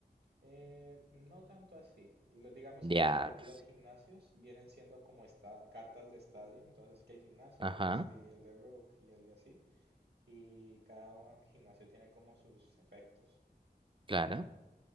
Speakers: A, on the right; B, on the right.
A: Eh, no tanto así. Lo- digamos
B: Diablos.
A: que la- los gimnasios vienen siendo como esta, cartas de estadio, entonces que el gimnasio
B: Ajá,
A: de Misty, el de Brook y el de así, y cada gimnasio tiene como sus efectos.
B: claro.